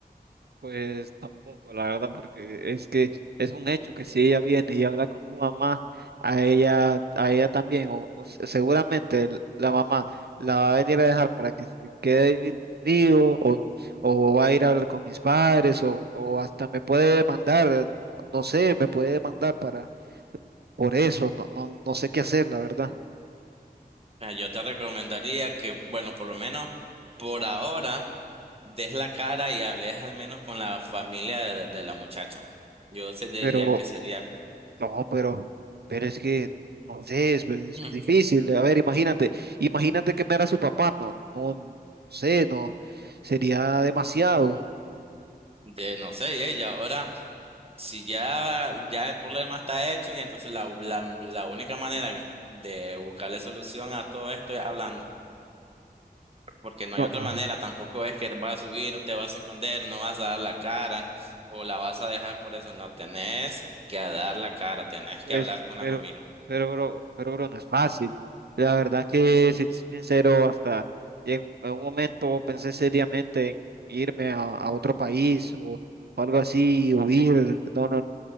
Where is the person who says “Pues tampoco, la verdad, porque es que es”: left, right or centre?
Right